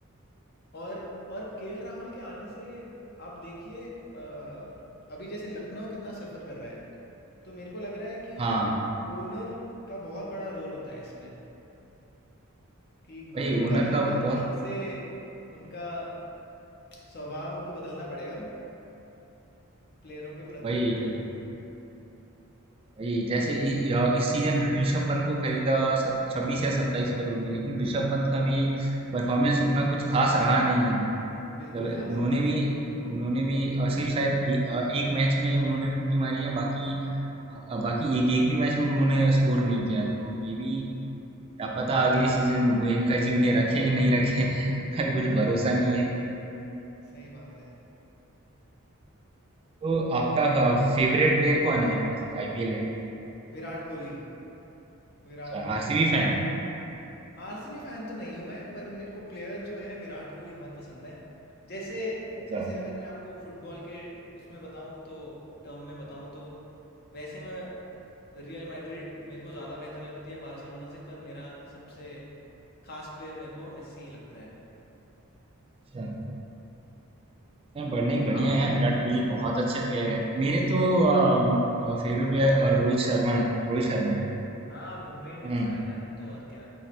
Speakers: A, on the left (about 50°); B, on the right (about 25°).
A: और और केएल राहुल के आने से आप देखिए अ, अभी जैसे लखनऊ कितना सफ़र कर रहा है, तो मेरे को लग रहा है कि
B: हाँ
A: ओनर का बहुत बड़ा रोल होता है इसमें कि गोयनका
B: वही ओनर
A: जी
B: का
A: भी
B: बहुत
A: ठीक से उनका स्वभाव उनको बदलना पड़ेगा प्लेयरों के प्रति।
B: वही वही वही जैसे इ, इ- इस सीजन ऋषभ पंत को खरीदा छब्बीस या सत्ताईस करोड़ में लेकिन ऋषभ पंत का भी परफॉर्मेंस उतना कुछ खास रहा नहीं है मतलब
A: बिल्कुल घास
B: उन्होंने
A: नहीं रहा
B: भी
A: है।
B: उन्होंने भी अ, सिर्फ शायद ए, अ, एक मैच में उन्होंने फिफ्टी मारी है बाकी अ, बाकी एक एक भी मैच में उन्होंने स्कोर नहीं किया तो ये भी क्या पता अगले सीजन गोयनका जी उन्हें रखे नहीं रखे <laughs> कुछ भरोसा नहीं है
A: सही बात है।
B: तो आपका फेवरेट प्लेयर कौन है मतलब आईपीएल में
A: विराट कोहली विराट
B: अच्छा
A: कोहली
B: आरसीबी फैन
A: आरसीबी फैन तो नहीं हूं मैं पर मेरे को प्लेयर जो है विराट कोहली बहुत पसंद है जैसे
B: अच्छा
A: जैसे अगर मैं आपको फुटबॉल के उसमें बताऊं तो टर्म में बताऊं तो वैसे मैं रियल मैड्रिड मेरे को ज़्यादा बेहतर लगती है बार्सिलोना से पर मेरा सबसे खास प्लेयर मेरे को मेस्सी ही लगता है
B: अच्छा नहीं बड़- नहीं, बढ़िया
A: आप बताइए
B: है यार विराट कोहली बहुत अच्छे प्लेयर हैं मेरे तो फेवरेट प्लेयर और रोहित शर्मा है रोहित शर्मा
A: अच्छा
B: है
A: हाँ आप मुंबई इंडियंस
B: हम्म
A: फैन है आप तो और क्या